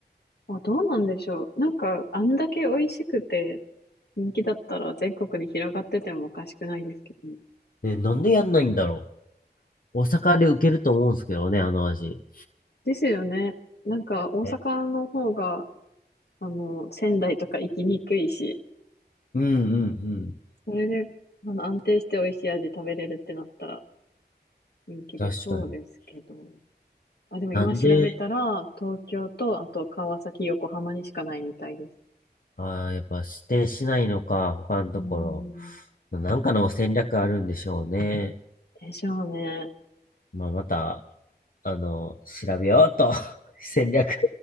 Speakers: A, on the left (about 70°); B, on the left (about 55°).
A: あ、どうなんでしょう。なんか、あんだけ美味しくて人気だったら全国に広がっててもおかしくないですけどね。
B: ね、なんでやんないんだろう。大阪で受けると思うんですけどね、あの味。
A: ですよね。なんか、大阪の方が、
B: え、
A: あの、仙台とか行きにくいし、
B: うんうんうん。
A: それで、あの、安定して美味しい味食べれるってなったら人気出そうですけど。
B: 確かに。
A: あ、でも今調べたら、
B: なんで、
A: 東京と、あと川崎、横浜にしかないみたいです。
B: ああ、やっぱ指定しないのか、他のとこ
A: うーん。
B: ろ。なんかの戦略あるんでしょうね。
A: でしょうね。
B: まあ、また、あの、調べようと。<laughs> 戦略。